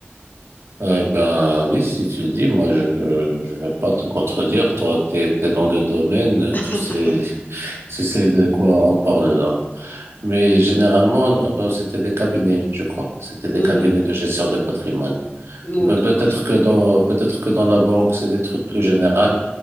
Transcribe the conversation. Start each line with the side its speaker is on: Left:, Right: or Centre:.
Right: Euh, ben oui, si tu le dis, moi je je vais pas te contredire. Toi, t'es t'es dans le domaine, euh,
Left: <laughs>
Right: tu sais <laughs> tu sais de quoi on parle là. Mais généralement, euh, c'était des cabinets, je crois. C'était des
Left: Mhm.
Right: cabinets de gestion de patrimoine.
Left: Ok,
Right: Ben, peut-être
Left: parfait.
Right: que dans peut-être que dans la banque, c'est des trucs plus généraux.